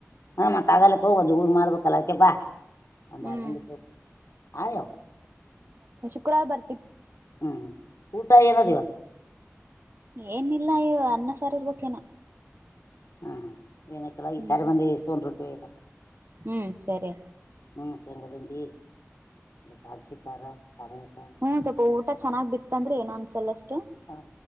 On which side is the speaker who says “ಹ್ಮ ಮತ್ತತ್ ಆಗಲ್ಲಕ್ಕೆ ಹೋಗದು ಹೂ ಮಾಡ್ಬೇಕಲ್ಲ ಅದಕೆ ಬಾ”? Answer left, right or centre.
Left